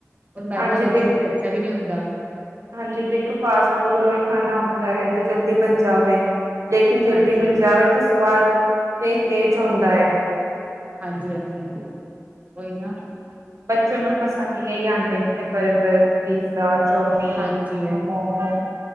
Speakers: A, on the right (about 25°); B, on the right (about 65°).
A: ਔਰ ਮੈਂਦਾ
B: ਹਾਂਜੀ
A: ਬੱਚੇ
B: ਦੇਖ
A: ਵਾਸਤੇ ਅੱਛਾ ਵੀ ਨੀਂ ਹੁੰਦਾ
B: ਹਾਂਜੀ ਦੇਖੋ ਫਾਸਟ ਫੂਡ ਓਹੇ ਖਾਣਾ ਹੁੰਦਾ ਐ, ਜੋ ਜਲਦੀ ਬਣ ਜਾਵੇ ਲੇਕਿਨ ਜਲਦੀ
A: ਹਾਂਜੀ
B: ਮਿਲ
A: ਹਾਂਜੀ
B: ਜਾਵੇ ਤੇ ਸਵਾਦ ਤੇ ਤੇਜ਼ ਹੁੰਦਾ ਏਂ।
A: ਹਾਂਜੀ- ਹਾਂਜੀ -ਹਾਂਜੀ ਓਈ ਨਾ।
B: ਬੱਚੇ ਨੂੰ ਪਸੰਦ ਏਹੀ ਆਦੇ ਨੇ, ਤੇ ਬਰਗਰ ਤੇ ਪੀਜ਼ਾ ਚੋ ਫ਼ੇਰ,
A: ਹਾਂਜੀ ਹਾਂਜੀ
B: ਮੰਮਾ